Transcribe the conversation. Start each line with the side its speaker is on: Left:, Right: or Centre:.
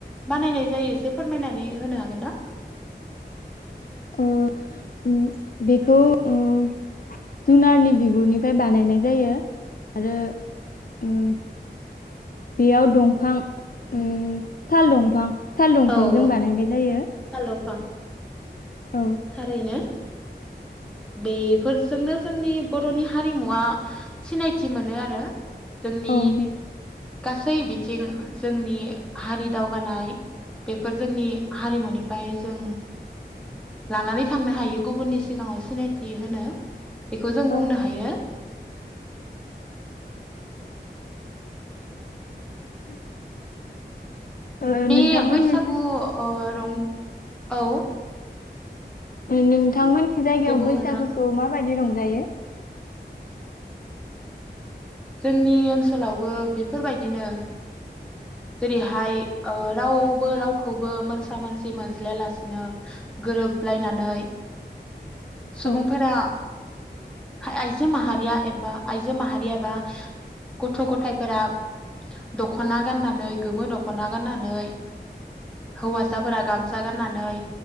Centre: बानायनाय जायो एसे फोरमायनानै होनो हागोन ना?
Left: ओ उम बेखौ उम जुनारनि बिगुरनिफ्राय बानायनाय जायो आरो उम बेयाव दंफां ओ साल दंफां साल दंफांजों
Centre: औ औ
Left: बानायनाय जायो।
Centre: साल दंफां
Left: औ
Centre: थारैनो बेफोरजोंनो जोंनि बर'नि हारिमुवा सिनायथि मोनो आरो जोंनि
Left: औ बे
Centre: गासै बिथिं जोंनि हारि दावगानाय बेफोर जोंनि हारिमुनिफ्राय जों लानानै थांनो हायो गुबुननि सिगाङाव सिनायथि होनो। बेखौ जों
Left: औ
Centre: बुंनो हायो।
Left: <inaudible> ओ
Centre: बे
Left: नोंथांमोननि
Centre: बैसागु अ रं औ
Left: <unintelligible> बिथांमोननि जायगायाव
Centre: दे बुं
Left: बैसागोखौ
Centre: नोंथां
Left: माबायदि रंज जायो।
Centre: जोंनि ओनसोलावबो बेफोरबायदिनो जेरैहाय ओ रावबो रावखौबो मोनसा मोनसि मोनज्लायालासिनो गोरोबलायनानै सुबुंफोरा
Left: औ
Centre: आइजो माहारिया एबा आइजो माहारि एबा गथ' गथायफोरा दख'ना गाननानै गोमो दख'ना गाननानै हौवासाफोरा गामसा गाननानै